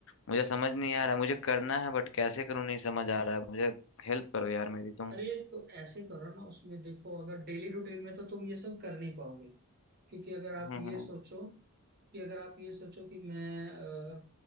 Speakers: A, on the left; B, on the right.
A: मुझे समझ नहीं आ रहा है मुझे करना है बट कैसे करूँ नहीं समझ आ रहा है मुझे हेल्प करो यार मेरी तुम
B: अरे तो ऐसे करो ना उसमें देखो अगर डेली रूटीन में तो तुम ये सब कर नहीं पाओगे क्योंकि अगर आप
A: हम्म
B: ये
A: हम्म
B: सोचो कि अगर आप ये सोचो कि मैं अ,